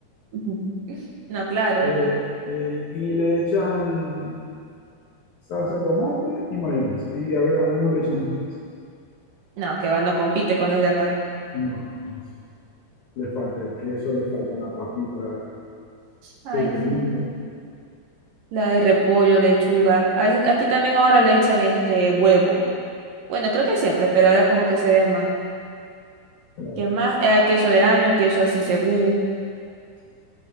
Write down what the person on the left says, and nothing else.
Eh, eh, y le echan salsa de tomate y mayonesa. Y a ver, algunos le echamos mostaza.
No, no, no. Le falta el queso, le falta la papita
pequeñita.
claro,
sí.